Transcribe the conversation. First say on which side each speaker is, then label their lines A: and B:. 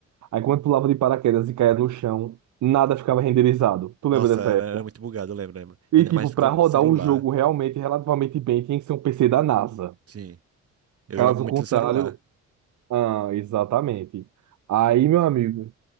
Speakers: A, on the right (about 70°); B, on the right (about 50°).
A: Aí quando pulava de paraquedas e caía no chão, nada ficava renderizado. Tu lembra
B: Nossa,
A: dessa
B: era,
A: época?
B: era muito bugado, eu lembro, lembro.
A: E
B: Ainda
A: tipo,
B: mais
A: pra
B: com
A: rodar
B: celular.
A: o jogo realmente, relativamente bem, tinha que ser um PC da NASA.
B: Sim. Eu
A: Caso
B: jogava muito
A: contrário,
B: no celular.
A: ah, exatamente. Aí, meu amigo.